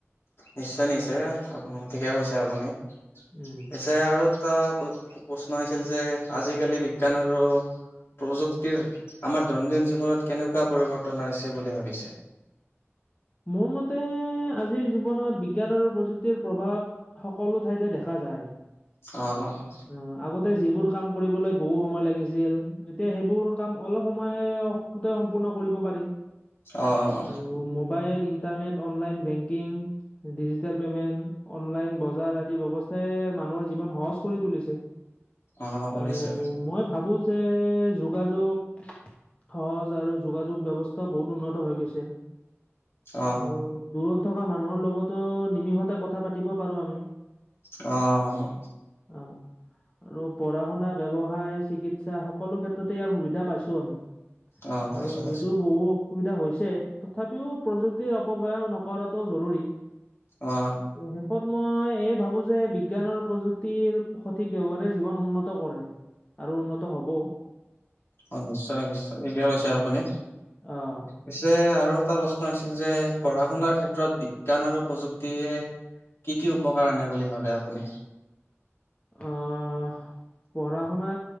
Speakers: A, on the left (about 60°); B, on the left (about 25°).
A: নিশ্চয়, নিশ্চয় আপ ঠিকে কৈছে আপুনি।
B: উম।
A: পিছে আৰু এটা প্ৰশ্ন আহিছিল যে আজিকালি বিজ্ঞান আৰু প্ৰযুক্তিৰ আমাৰ দৈনন্দিন জীৱনত কেনেকুৱা পৰিৱৰ্তন আনিছে বুলি ভাবিছে?
B: মোৰ মতে আজিৰ জীৱনত বিজ্ঞান আৰু প্ৰযুক্তিৰ প্ৰভাৱ সকলো ঠাইতে দেখা যায়।
A: অ'।
B: অ', আগতে যিবোৰ কাম কৰিবলৈ বহু সময় লাগিছিল এতিয়া সেইবোৰ কাম অলপ সময় গোটেই সম্পূৰ্ণ কৰিব পাৰি।
A: অ'।
B: আৰু mobile internet online banking digital payment online বজাৰ আদি ব্যৱস্থাই মানুহৰ জীৱন সহজ কৰি তুলিছে।
A: অ কৰিছে
B: আৰু মই ভাবো যে যোগাযোগ সহজ আৰু যোগাযোগ ব্যৱস্থাও বহুত উন্নত হৈ গৈছে।
A: অ
B: আৰু দূৰত থকা মানুহৰ লগতো নিমিষতে কথা পাতিব পাৰো আমি।
A: অ'।
B: অ'। আৰু পঢ়া শুনা ব্যৱসায় চিকিৎসা সকলো ক্ষেত্ৰতে ইয়াৰ সুবিধা পাইছো আমি।
A: অ পাইছো
B: আৰু
A: পাইছো
B: যদিও বহু সুবিধা হৈছে তথাপিও প্ৰযুক্তিৰ অপব্যৱহাৰ নকৰাটো জৰুৰী।
A: অ
B: আৰু শেষত মই এইয়ে ভাবো যে বিজ্ঞান আৰু প্ৰযুক্তি সঠিক ব্যৱহাৰে জীৱন উন্নত কৰে আৰু উন্নত হ'বও।
A: অ', নিশ্চয় নিশ্চয় ঠিকে কৈছে আপুনি।
B: অ'।
A: পিছে আৰু এটা প্ৰশ্ন আহিছিল যে পঢ়া শুনাৰ ক্ষেত্ৰত বিজ্ঞান আৰু প্ৰযুক্তিয়ে কি কি উপকাৰ আনে বুলি ভাবে আপুনি?
B: আহ পঢ়া শুনা